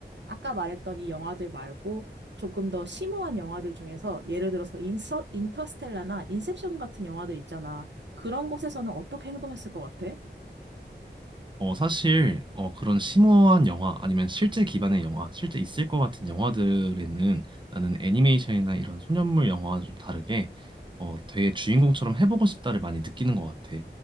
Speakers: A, on the right; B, on the right.
A: 아까 말했던 이 영화들 말고 조금 더 심오한 영화들 중에서 예를 들어서 인서, 인터스텔라나 인셉션 같은 영화들 있잖아. 그런 곳에서는 어떻게 행동했을 것 같아?
B: 어, 사실, 어, 그런 심오한 영화, 아니면 실제 기반의 영화, 실제 있을 것 같은 영화들에는 나는 애니메이션이나 이런 소년물 영화와 좀 다르게, 어, 되게 주인공처럼 해보고 싶다를 많이 느끼는 것 같아.